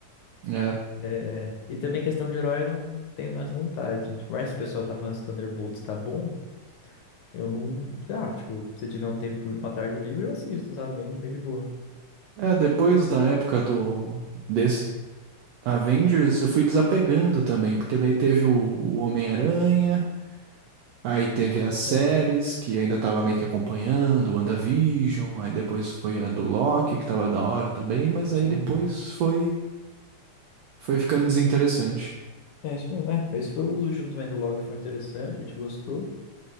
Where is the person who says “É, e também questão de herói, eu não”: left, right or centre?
Left